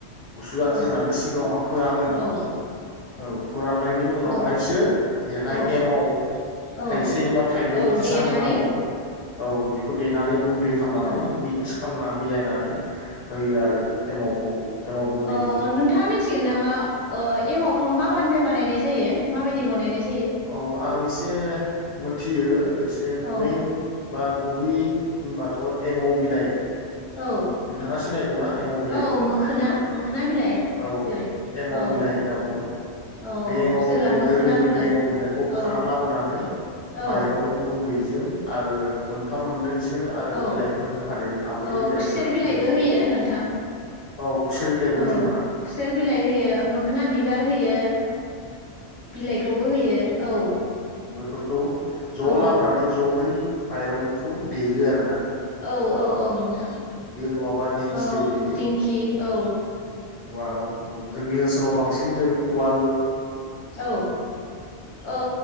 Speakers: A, on the left (about 65°); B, on the left (about 30°).
A: गुसु जाथो
B: औ
A: होननानै सिगाङावहा फोरानो
B: औ
A: औ फोराननायनि उनावहायसो
B: औ
A: बेहाय
B: औ
A: एमाव
B: औ
A: थाइसे बा थाइनै
B: औ
A: जेसां
B: देनानै
A: होनांगौ औ बेखौ देनानै खामनानै
B: औ
A: मिक्स खामना मिलायनानै होयो आरो एमावखौ एमाव गुन्दैखौ
B: अ नोंथाङा मिथिगोन नामा। ङा ओ एमावखौ मा मानिफ्राय बानायनाय जायो माबायदि बनायनाय जाय
A: औ आं एसे मोनथियो एसे
B: औ
A: मेन बा गुबैयै होमबाथ एमाव बिलाइ
B: औ
A: नोंथाङा सिनायगौ ना एमाव बिलाइखौ।
B: औ मोखोना मोखोना बिलाइ
A: औ
B: जेरै
A: एमाव
B: औ
A: बिलाइ ओनना बुङो
B: औ
A: बे एमाव
B: जोंनाव
A: बिलाइ
B: मोखोना
A: गोरलै गोरलै
B: बुङो
A: एमाव बिलाइखौ
B: औ
A: खाना लाबोनानै
B: औ
A: माइरं गुन्दै। जों आरो मोनफा मोननैसो <unintelligible> आरो
B: औ
A: बिलाइफोर होफादेरो आं बे
B: औ
A: बिलाइनि
B: खुसेर
A: ना-मुंफोरखौ
B: बिलाइबो होयो नोंथां
A: औ खुसेर बिलाइबो
B: औ
A: होयो नामा।
B: खुसेर बिलाइ होयो मोखोना बिबार होयो। बिलाइखौबो होयो औ।
A: फोरखौ ज
B: औ
A: लाबोनानै जहै। माइरंखौ देयो आरो ना।
B: औ औ औ नोंथां
A: नङाबा दिंखियाव
B: औ
A: देयो
B: दिंखि औ।
A: उवालाव औ जोंनि ओनसोलाव बांसिन जों वाल।
B: औ औ